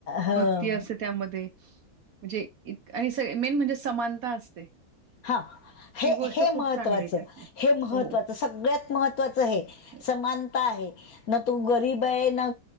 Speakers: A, on the left; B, on the right.
A: ह
B: भक्ती असते त्यामध्ये म्हणजे आणि स मेन म्हणजे समानता असते.
A: हा. हे
B: ती गोष्ट
A: हे
B: खूप
A: महत्त्वाचं,
B: चांगली आहे त्यातल्या
A: हे महत्त्वाचं.
B: हो
A: सगळ्यात महत्त्वाच हे
B: हो
A: समानता आहे, न तो गरीब आहे न